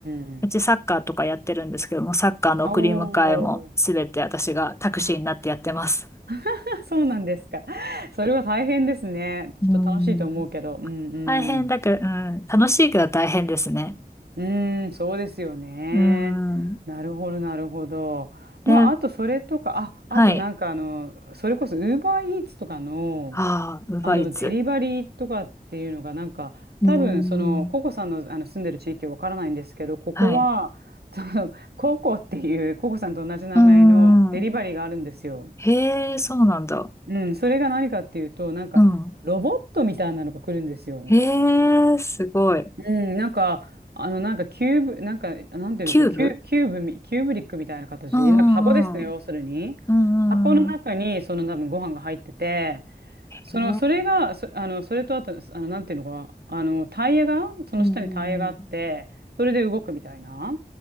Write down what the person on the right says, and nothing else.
んう
ん。おー。あ、<laughs> そうなんですか。それは大変ですね。きっと楽しいと思うけど。
うんう
ん。
うーん、そうですよね。
なるほど、なるほど。まあ、
あとそれとか、あ、
あとなんかあの、それこそ Uber Eats とかの、
あの、デリバリーとかっていうのが、なんか、
多分、その、ココさんの、あの住んでる地域はわからないんですけど、ここは、
<laughs> その、ココっていう、ココさんと同じ名前のデリバリーがあるんですよ。
うん、それが何かっていうと、なんか、
ロボットみたいなのが来るんですよ。
うん、なんか、あの、なんかキューブ、なんか、なんていうのか、
キュ、キューブみ、キューブリックみたいな形、
なんか箱ですね、要するに。
箱の中に、その多分ご飯が入ってて、その、
それが、そ、あの、それとあと、あの、なんていうのか、あの、タイヤが、その下にタイヤがあって、
それで動くみたいな。<laughs>